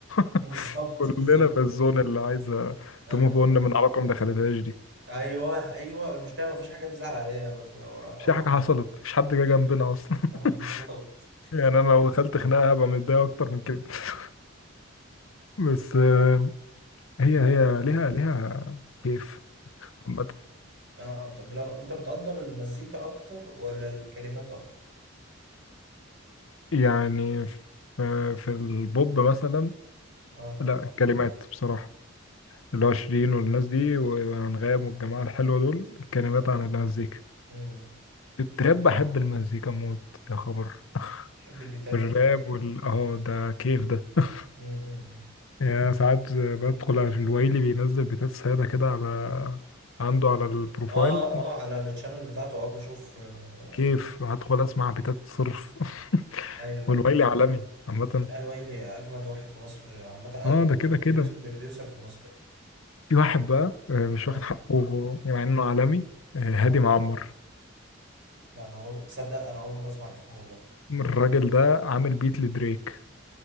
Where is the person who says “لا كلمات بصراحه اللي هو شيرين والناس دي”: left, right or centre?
Left